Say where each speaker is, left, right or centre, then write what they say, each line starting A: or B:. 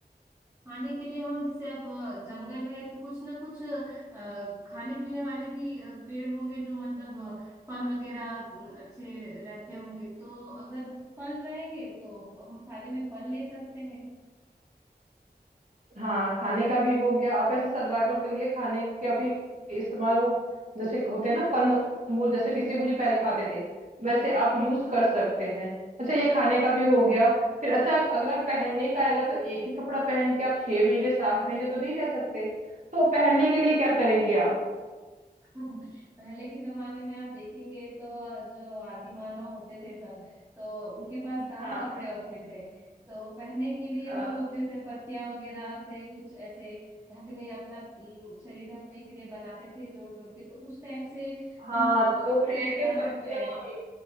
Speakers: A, on the right; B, on the right.
A: खाने के लिए हम जैसे अब अ, जंगल है तो कुछ ना कुछ अ, खाने पीने वाले भी अ, पेड़ होंगे जो मतलब अ, फल वगैरह अ, अच्छे रहते होंगे तो अगर फल रहेंगे तो हम खाने में फल ले सकते हैं
B: हाँ खाने का भी हो गया आप ऐसे सर्वाइवल के लिए खाने के अभी इस्तेमाल वो जैसे होते हैं ना कंद मूल जैसे ऋषि मुनि पहले खाते थे वैसे आप यूज कर सकते हैं अच्छा ये खाने का भी हो गया फिर अच्छा अगर पहनने का आएगा तो एक ही कपड़ा पहन के आप छह महीने सात महीने तो नहीं रह सकते तो पहनने के लिए क्या करेंगे आप
A: <laughs> पहले के जमाने में आप देखेंगे तो जो आदि मानव होते थे सब तो उनके पास कहाँ
B: हाँ
A: कपड़े होते थे तो पहनने के लिए
B: हाँ
A: वो लोग जैसे पत्तियां वगैरह से कुछ ऐसे ढकने अपना अम, शरीर ढकने के लिए बनाते थे जोड़ जोड़ के तो उस टाइप से
B: हाँ
A: हम अ,
B: तो
A: कपड़े
B: वो पेड़
A: बना
B: के पत्तियां
A: सकते हैं
B: हम